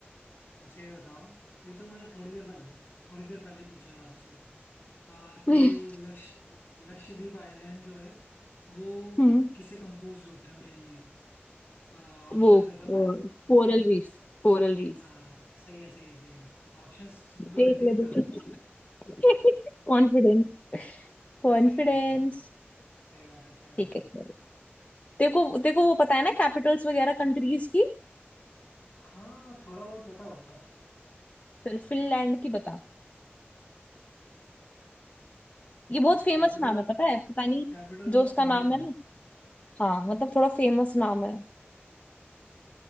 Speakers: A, on the left; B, on the left.
A: अच्छा ये बताओ ये तो मैं थोड़ी देर पहले थोड़ी देर पहले ही पूछा था आपसे आ,
B: <laughs>
A: कि लक्ष लक्षद्वीप आइलैंड जो है वो
B: हम्म
A: किससे कंपोज होते हैं मेनली ऑप्शंस
B: वो
A: देता हूँ मैं
B: कोरल रीफ कोरल रीफ
A: हाँ सही है सही है सही है ऑप्शंस सुन तो
B: देख
A: लेते एक
B: ले
A: बार
B: बेटा <laughs> Confidence confidence
A: सही आता है सही बात है सही बात
B: ठीक
A: है
B: है चलो तेरे को तेरे को वो पता है ना कैपिटल्स वगैरह कंट्रीज की
A: हाँ थोड़ा बहुत पता होगा
B: चल फिनलैंड की बता ये बहुत फेमस
A: Capital
B: नाम है पता है पता नहीं
A: capital
B: जो
A: of
B: उसका
A: Finland
B: नाम है ना हाँ मतलब थोड़ा फेमस नाम है